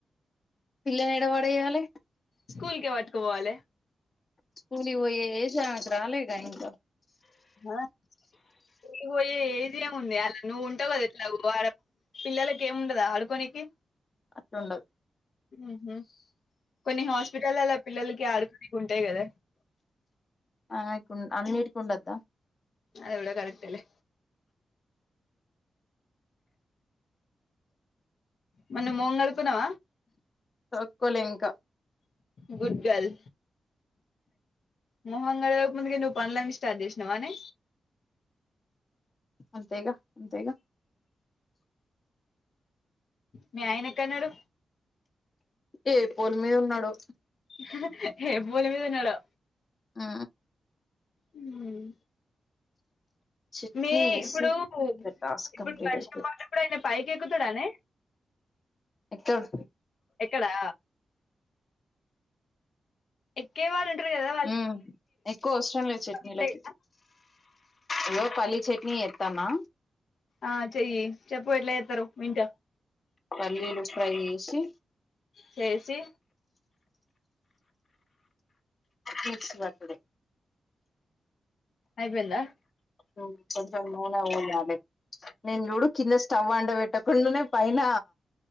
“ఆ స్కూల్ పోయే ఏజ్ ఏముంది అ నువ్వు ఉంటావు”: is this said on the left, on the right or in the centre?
Left